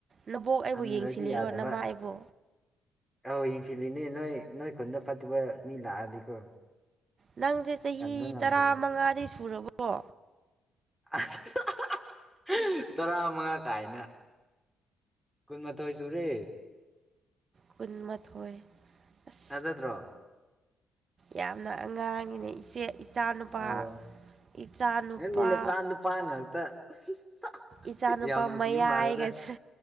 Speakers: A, on the right; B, in the centre.
A: ꯅꯕꯣꯛ ꯑꯩꯕꯨ
B: ꯊꯝꯗ꯭ꯔꯗꯤ
A: ꯌꯦꯡꯁꯤꯜꯂꯤꯔꯣ
B: ꯌꯥꯗꯕ
A: ꯅꯃꯥ ꯑꯩꯕꯨ꯫
B: ꯑꯧ ꯌꯦꯡꯁꯤꯜꯂꯤꯅꯦ ꯅꯣꯏ ꯅꯣꯏ ꯈꯨꯟꯗ ꯐꯠꯇꯕ ꯃꯤ ꯂꯥꯛꯑꯗꯤꯀꯣ
A: ꯅꯪꯖꯦ ꯆꯍꯤ
B: ꯀꯟꯕ ꯉꯝꯗꯣꯏꯕ
A: ꯇꯔꯥ ꯃꯉꯥꯗꯤ ꯁꯨꯔꯕꯣ
B: <unintelligible> ꯇꯔꯥ ꯃꯉꯥ ꯀꯥꯏꯅ ꯀꯨꯟꯃꯥꯊꯣꯏ ꯁꯨꯨꯔꯦ
A: ꯀꯨꯟꯃꯊꯣꯏ ꯑꯁ
B: ꯊꯥꯖꯗ꯭ꯔꯣ
A: ꯌꯥꯝꯅ ꯑꯉꯥꯡꯅꯤꯅꯦ ꯏꯆꯦ ꯏꯆꯥꯅꯨꯄꯥ
B: ꯑꯧ
A: ꯏꯆꯥꯅꯨꯄꯥ
B: ꯅꯪꯗꯤ ꯅꯆꯥ ꯅꯨꯄꯥ ꯉꯥꯛꯇ <unintelligible>
A: ꯏꯆꯥꯅꯨꯄꯥ
B: ꯌꯥꯝ ꯅꯨꯡꯁꯤꯕ
A: ꯃꯌꯥꯏꯒꯁ
B: ꯃꯥꯜꯂꯦꯗ